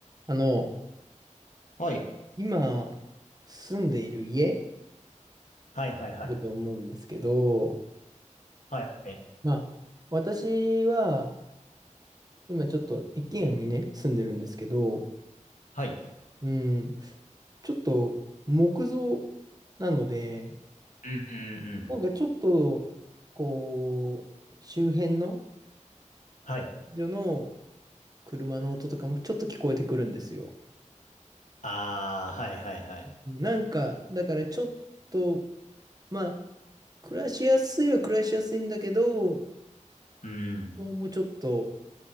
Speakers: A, on the right; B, on the left.
A: あの、
B: はい。
A: 今、住んでいる家
B: はいはいはい。
A: だと思うんですけど、
B: はい。
A: まあ、私は、今ちょっと一軒家にね、住んでるんですけど、
B: はい。
A: うん、ちょっと木造なので、
B: うんうんうん
A: なんかちょっと、こう、周辺の、
B: はい。
A: 女の車の音とかもちょっと聞こえてくるんですよ。
B: あー、はいはいはい。
A: なんか、だからちょっと、まあ、暮らしやすいは暮らしやすいんだけど、
B: うん。うん。
A: 僕もちょっと、